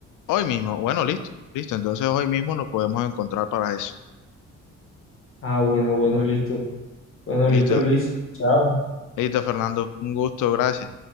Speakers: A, on the left; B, on the left.
A: Hoy mismo. Bueno, listo, listo. Entonces hoy mismo nos podemos encontrar para eso.
B: Ah, bueno, bueno, listo. Bueno,
A: Listo,
B: listo, Luis. Chao.
A: listo, Fernando. Un gusto, gracias.